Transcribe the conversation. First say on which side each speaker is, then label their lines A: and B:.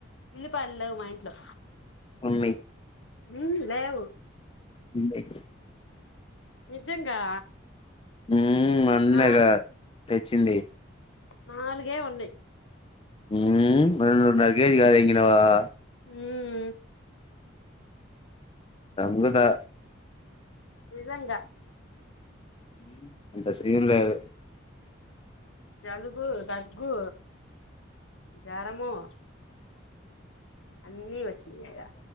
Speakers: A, on the left; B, on the left.
A: ఉల్లిపాయలు లేవు మా ఇంట్లో
B: ఉన్నయి
A: ఊమ్ లేవు
B: ఉన్నయ్
A: నిజంగా
B: ఊమ్ మొన్నెగ
A: నా
B: తెచ్చింది
A: నాలుగే ఉన్నయి
B: ఊమ్ మూడున్నర కేేజీ కాదు ఎంగినవా <inaudible>
A: ఊ ఉమ్
B: సంపుతా
A: నిజంగ
B: ఊమ్ అంత సీన్ లేదు
A: జలుబు, దగ్గు, జ్వరము అన్నీ వచ్చినయ